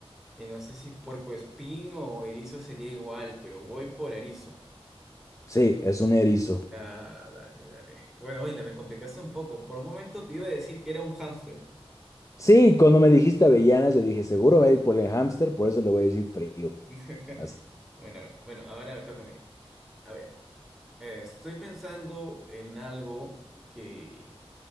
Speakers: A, in the centre; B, on the left (about 30°).
A: Y no sé si puerco espín o erizo sería igual, pero voy por erizo.
B: Sí, es un erizo.
A: Ah, dale, dale. Bueno, hoy la me complicaste un poco. Por un momento te iba a decir que era un hámster.
B: Sí, cuando me dijiste avellanas, yo dije, seguro va a ir por el hámster, por eso le voy a decir frío.
A: <laughs>
B: Así.
A: Bueno, bueno, bueno, ahora me toca a mí. A ver. Eh, estoy pensando en algo que